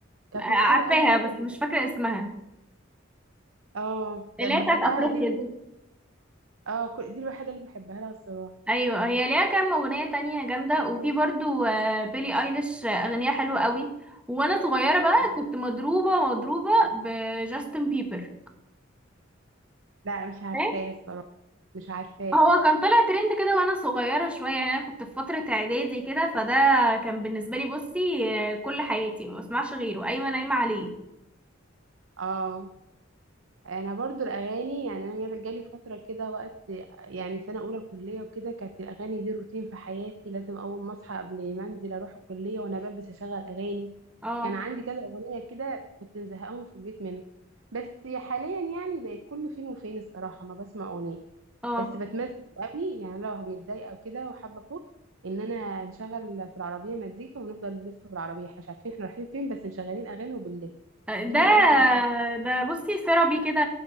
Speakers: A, on the right; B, in the centre.
A: كانت
B: عارفاها
A: مشهوره قوي الفتره
B: بس
A: دي
B: مش فاكرة اسمها
A: اه كان
B: اللي هي
A: بحبها
B: بتاعت افريقيا
A: دي
B: دي
A: اه كل- دي الوحيدة اللي بحبها لها الصراحة
B: ايوه هي ليها كام اغنيه تانية جامده وفي برضو آه، بيلي ايليش آه، اغنيه حلوه قوي وانا صغيره بقى
A: آه.
B: كنت مضروبه مضروبه بجاستن بيبر
A: لا مش عارفاه
B: إيه؟
A: الصراحة مش عارفاه
B: هو كان طلع ترند كده وانا صغيره شويه يعني انا كنت في فتره اعدادي كده فده كان بالنسبه لي بصي آه، كل حياتي ما بسمعش غيره قايمه نايمه عليه
A: اه انا برضو الاغاني يعني انا جالي فترة كده وقت يعني سنة اولى كلية وكده كانت الاغاني دي روتين في حياتي لازم اول ما اصحى قبل ما انزل اروح الكلية وانا بلبس اشغل اغاني
B: اه
A: كان عندي كذا اغنية كده كنت مزهقاهم في البيت منه بس حاليا يعني بقت كل فين وفين الصراحة ما بسمع اغنية
B: اه
A: بس بتمزج قوي يعني لو متضايقه وكده وحابه افك ان انا نشغل في العربيه مزيكا ونفضل نلف في العربيه احنا مش عارفين احنا رايحين فين بس مشغلين اغاني وبنلف
B: آه،
A: دي
B: ده
A: من امتع الحاجات
B: ده بصي ثيرابي كده